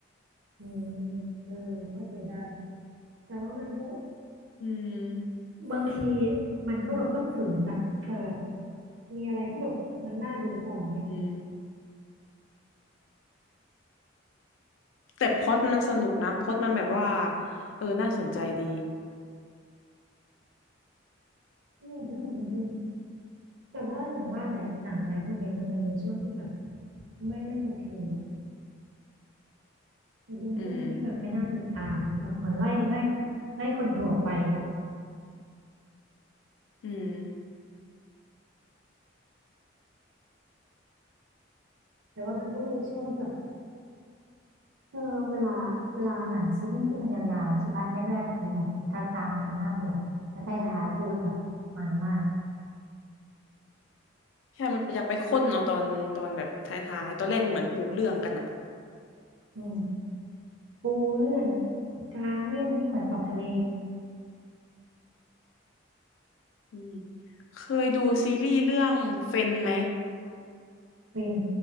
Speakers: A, on the right; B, on the left.
A: อืมเออเข้าใจได้แต่ว่ามันก็
B: อืม
A: บางทีมันก็แบบต้องฝืนอะเผื่อแบบมีอะไรที่แบบมันน่าดูต่อเนี่ย
B: อืมแต่พล็อตมันสนุกนะพล็อตมันแบบว่าเออน่าสนใจดี
A: อืมสนุกจริงๆแต่ว่าอย่างว่าแหละหนังอะไรพวกเนี้ยมันจะมีช่วงที่แบบไม่ไม่โอเคอะ มันจะมีช่วงที่แบบไม่น่าติดตามแบบเหมือนไล่ไล่
B: อืม
A: ไล่คนดูออกไปเงี้ย
B: อืม
A: แต่ว่ามันก็มีช่วงที่แบบเออเวลาเวลาหนังซีรีส์ที่มันยาวๆใช่ปะแรกๆมันเป็นแบบกลางๆมันเป็นน่าเบื่อแล้วท้ายๆคือแบบมันมาก
B: ใช่มันอยากไปค้นเอาตอนตอนแบบท้ายๆ ตอนแรกมันเหมือนปูเรื่องกันอ่ะ
A: อืมปูเรื่องกลางเรื่องนี่เหมือนออกทะเล
B: อืมเคยดูซีรีส์เรื่องเฟนไหม
A: เป็น